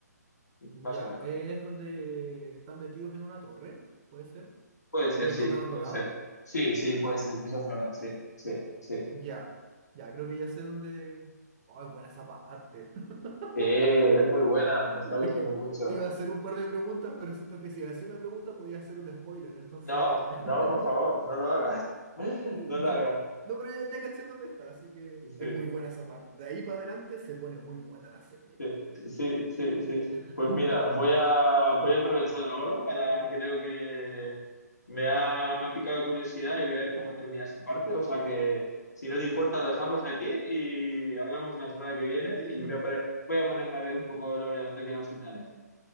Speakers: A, on the right; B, on the left.
A: ya.
B: más o menos.
A: ¿Es donde están metidos en una torre? ¿Puede ser?
B: Puede ser,
A: ¿Una
B: sí,
A: torre abandonada?
B: puede ser. Sí, sí, puede ser, esa zona, sí, sí, sí.
A: Ya, ya, creo que ya sé dónde. Oh, es buena esa parte.
B: Sí, es
A: <laughs>
B: muy buena, me está gustando
A: Es que
B: mucho.
A: te iba a hacer un par de preguntas, pero siento que si hacía una pregunta podía hacer un spoiler, entonces.
B: No, no,
A: <laughs>
B: por favor, no lo hagas. <laughs> No
A: No,
B: lo hagas.
A: no, pero ya, ya caché dónde está, así que
B: Sí.
A: es muy buena esa parte. De ahí para adelante se pone muy buena la serie.
B: Sí, sí, sí, sí.
A: <laughs>
B: Pues mira, voy a, voy a aprovechar ahora para, creo que me ha, me ha picado la curiosidad y voy a ver cómo termina esa parte. O sea que si no te importa, lo dejamos aquí y hablamos la semana que viene
A: Sí,
B: y
A: no.
B: voy a poner, voy a ponerme a ver un poco el ataque de los titanes.